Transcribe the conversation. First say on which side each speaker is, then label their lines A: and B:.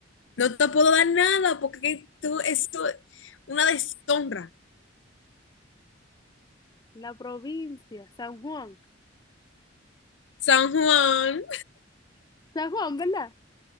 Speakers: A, on the left; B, on the left.
A: No te puedo dar nada porque tú, esto es una deshonra.
B: La provincia, San Juan.
A: San Juan.
B: San Juan, ¿verdad?